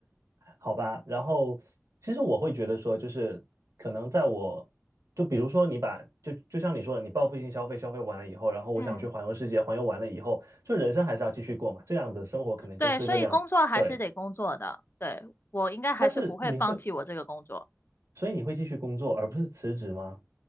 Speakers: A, on the right (about 85°); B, on the left (about 45°).
A: 好吧？然后其实我会觉得说，就是可能在我，就比如说你把就就像你说的，你报复性消费消费完了以后，然后我想去环游世界，
B: 嗯。
A: 环游完了以后，就人生还是要继续过嘛，这样的生活可能就是个两，
B: 对，所以工作还是得工作的。
A: 对。
B: 对，我应该还是不会放弃我这个工作，
A: 但是你会，所以你会继续工作，而不是辞职吗？